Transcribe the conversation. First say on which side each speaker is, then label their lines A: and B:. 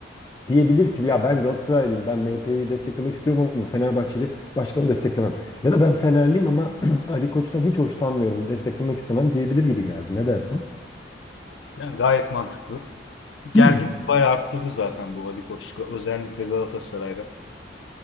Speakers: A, on the left; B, on the left.
A: diyebilir ki ya ben Galatasaraylıyım ben MHP'yi desteklemek istiyorum ama Fenerbahçeli başkanı desteklemem. Ya da ben Fenerliyim ama <clears throat> Ali Koç'tan hiç hoşlanmıyorum desteklemek istemem diyebilir gibi geldi. Ne dersin?
B: Yani gayet mantıklı. Gerginliği
A: Hmm.
B: bayağı arttırdı zaten bu Ali Koç, özellikle Galatasaray'da.